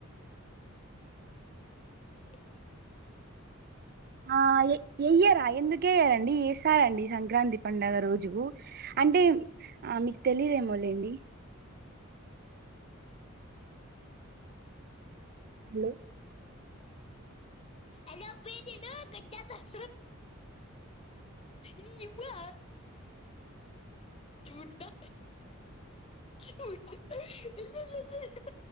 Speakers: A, on the left; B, on the right.
A: అ
B: ఆ వెయ్యరా ఎందుకేయ్యారండి యేస్తారండి సంక్రాంతి పండుగ రోజు అంటే ఆ మీకు తెలిదేమొలేండి హలో
A: అ ప్రజ కొ ఇ గా ుడా ుడా